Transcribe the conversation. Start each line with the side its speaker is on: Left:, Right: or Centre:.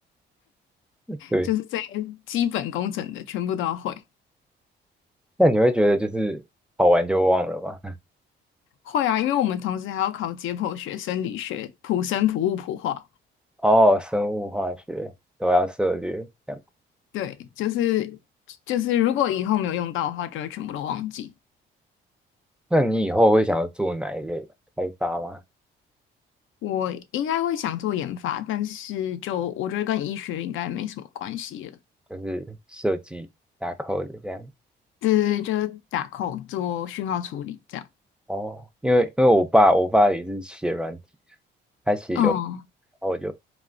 Centre: 对，
Left: 就是这些基本工程的全部都要会。
Centre: 那你会觉得就是考完就忘了吗？<laughs>
Left: 会啊，因为我们同时还要考解剖学、生理学、普生、普物、普化。
Centre: 哦，生物化学都要涉略，这样。
Left: 对，就是就是，如果以后没有用到的话，就会全部都忘记。
Centre: 那你以后会想要做哪一类开发吗？
Left: 我应该会想做研发，但是就我觉得跟医学应该没什么关系了。
Centre: 就是设计打扣的 d e 这样。
Left: 对对对，就是打扣做讯号处理这样。
Centre: 哦，因为因为我爸我爸也是写软体，他写有，
Left: 嗯
Centre: 然后我就